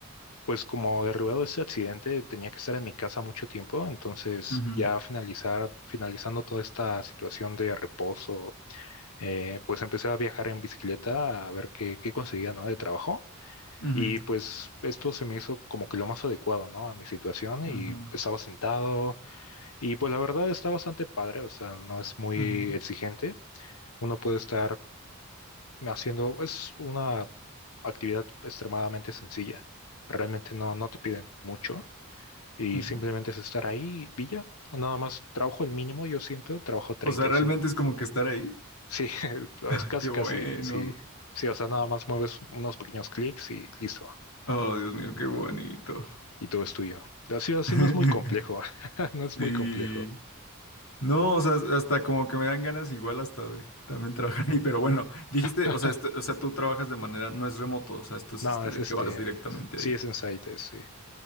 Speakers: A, on the left; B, on the left.
A: pues como derribado ese accidente, tenía que estar en mi casa mucho tiempo, entonces
B: Ujú,
A: ya finalizar, finalizando toda esta situación de reposo, eh, pues empecé a viajar en bicicleta a ver qué, qué conseguía, ¿no? De trabajo.
B: ujú,
A: Y pues esto se me hizo como que lo más adecuado, ¿no? A mi situación
B: ujú,
A: y estaba sentado y pues la verdad está bastante padre, o sea, no es muy
B: ujú,
A: exigente. Uno puede estar haciendo, es una actividad extremadamente sencilla. Realmente no, no te piden mucho y
B: ujú.
A: simplemente es estar ahí y ya. Nada más trabajo el mínimo, yo siento, trabajo 35.
B: O sea, realmente es como que estar ahí.
A: Sí, <laughs> pues,
B: <laughs>
A: casi,
B: Qué bueno.
A: casi, sí. Sí, o sea, nada más mueves unos pequeños clics y listo.
B: Oh, Dios mío, qué bonito.
A: y todo es tuyo. Así, así
B: <laughs>
A: no es muy complejo, <laughs> no es
B: Sí.
A: muy complejo.
B: No, o sea, hasta como que me dan ganas igual hasta de también trabajar ahí, pero bueno, dijiste,
A: <laughs>
B: o sea, esto- o sea, tú trabajas de manera, no es remoto, o sea, esto es
A: No,
B: este
A: es
B: de
A: este,
B: que vas directamente
A: sí es Insight, es, sí.